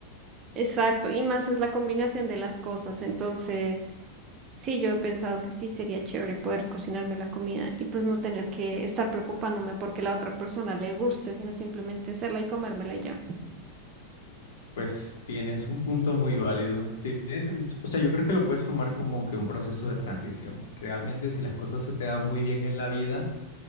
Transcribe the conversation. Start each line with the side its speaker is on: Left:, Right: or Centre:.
Right: exacto. Y más es la combinación de las cosas. Entonces, Sí, yo he pensado que sí sería chévere poder cocinarme la comida y pues no tener que estar preocupándome porque la otra persona le guste, sino simplemente hacerla y comérmela y ya.
Left: Pues tienes un punto muy válido. Tienes- o sea, yo creo que lo puedes tomar como que un proceso de transición. Realmente, si las cosas se te dan muy bien en la vida,